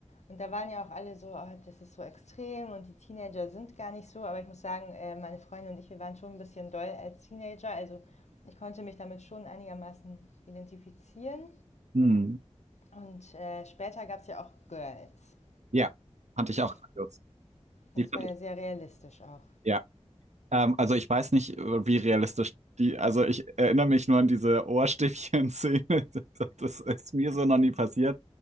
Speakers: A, on the left; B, on the right.
A: und da waren ja auch alle so: „Oh, das ist so extrem und die Teenager sind gar nicht so.“ Aber ich muss sagen, äh, meine Freundin und ich, wir waren schon ein bisschen doll als Teenager. Also, ich konnte mich damit schon einigermaßen identifizieren.
B: Mhm.
A: Und, äh, später gab's ja auch Girls.
B: Ja, fand ich auch
A: Ich
B: grandios.
A: das
B: Die fand
A: war ja
B: ich,
A: sehr realistisch auch.
B: ja. Ähm, also ich weiß nicht, äh, wie realistisch die, also ich erinnere mich nur an diese Ohrstäbchen-Szene. <laughs> Das, das ist mir so noch nie passiert.